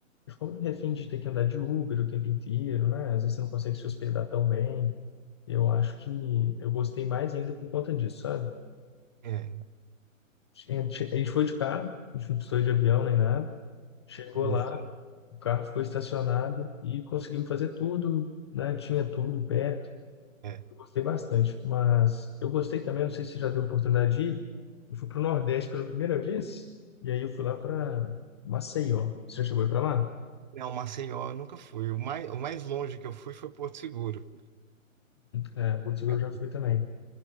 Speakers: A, on the left; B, on the right.
A: Eu fico muito refém de ter que andar de Uber o tempo inteiro, né? Às vezes você não consegue se hospedar tão bem. Eu acho que eu gostei mais ainda por conta disso, sabe?
B: É,
A: A gente a gente foi de carro, a gente não precisou ir de avião nem nada. Chegou lá,
B: isso,
A: o carro ficou estacionado e conseguimos fazer tudo, né? Tinha tudo perto.
B: é. é.
A: Eu gostei bastante. Mas eu gostei também, não sei se você já teve oportunidade de ir. Eu fui para o Nordeste pela primeira vez e aí eu fui lá para Maceió. Você já chegou aí para lá?
B: Não, Maceió eu nunca fui. O mais, o mais longe que eu fui foi Porto Seguro.
A: É, Porto Seguro
B: É, Aqui,
A: eu já fui também.